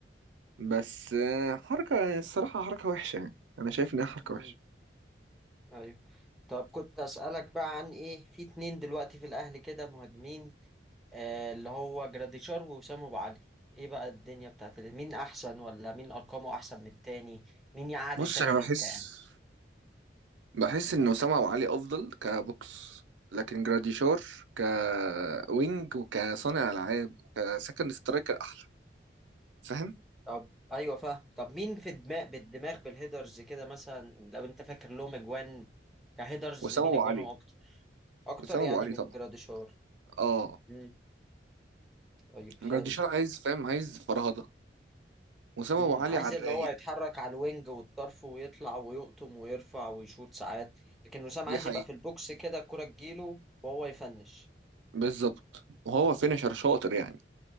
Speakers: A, on the right; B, in the centre.
A: بس آه، حركة الصراحة حركة وحشة يعني أنا شايف إنها حركة
B: امم
A: وحشة
B: ايوه طب كنت اسالك بقى عن ايه في اتنين دلوقتي في الاهلي كده مهاجمين آه، اللي هو جراديشار ووسام ابو علي ايه بقى الدنيا بتاعت ال- مين احسن ولا مين ارقامه احسن من التاني مين يقعد
A: بص
B: التاني
A: أنا
B: دكة
A: بحس
B: يعني
A: بحس إن أسامة أبو علي أفضل كبوكس لكن جراديشار كوينج وكصانع ألعاب وكسكند سترايكر أحلى فاهم
B: طب ايوه فاهم طب مين في دماغ بالدماغ بالهيدرز كده مثلا لو انت فاكر لهم اجوان كهيدرز
A: وأسامة
B: مين
A: أبو
B: اجوانه
A: علي
B: اكتر اكتر
A: وأسامة
B: يعني
A: أبو علي
B: من
A: طبعا
B: جراديشار
A: آه
B: امم طيب حلو
A: جراديشار عايز فاهم عايز فرهضة وأسامة
B: امم
A: أبو علي
B: عايز
A: على
B: اللي
A: الرايق
B: هو يتحرك على الوينج والطرف ويطلع ويقطم ويرفع ويشوط ساعات لكن وسام
A: دي
B: عايز
A: حقيقة
B: يبقى في البوكس كده الكرة تجيله وهو يفنش
A: بالظبط وهو فينشر شاطر يعني